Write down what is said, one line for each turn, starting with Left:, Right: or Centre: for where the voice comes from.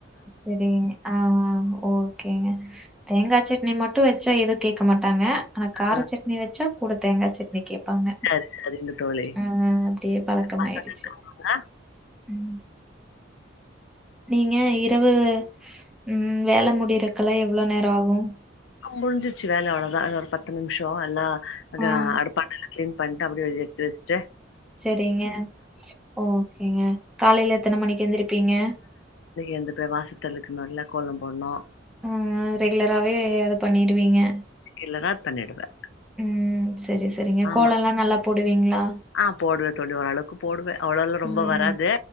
Centre: செரிங்க ஆஹ் ஹா ஓ கேங்க தேங்கா சட்னி மட்டோ வெச் ச்சா எதுவோ கேக்க மாட்டாங்க ஆனா கார
Left: ஆ
Centre: சட்னி வெச்சா கூட தேங்கா சட்னி கேப்பாங்க
Left: சரி சரிங்க தோழி
Centre: ஆஹ் அப்டியே பழக்கமாயிடுச்சு
Left: பசங்க இருக்காங்களா
Centre: உம் நீங்க இரவு உம் வேல முடியறக்குல்லா எவ்வளோ நேரம் ஆகும்
Left: முடிஞ்சிச்சு வேல அவ்வளோதான் இன்னோ ஒரு பத்து நிமிஷோம் எல்லா அங்க
Centre: ம்.
Left: ஆடு பண்ணல கிளீன் பண்டு அப்படியே அது எடுத்து வெஸ்ட்டு
Centre: செரிங்க ஓகேங்க காலையில எத்தன மணிக்கு எந்திருப்பீங்க
Left: எந்துப்போய் வாசத்தெலிக்குனுல கோலம் போணும்
Centre: ஹும் ரெகுலராவே அத பண்ணிருவீங்க
Left: ரெகுலரா பண்ணிடுவே
Centre: ம் சரி, சரிங்க.
Left: ஆமா
Centre: கோலம்லாம் நல்லா போடுவீங்களா?
Left: ஆஹ் போடுவே தோழி ஒரளவுக்கு போடுவேன் அவ்வளோலா ரொம்ப
Centre: ம்.
Left: வராது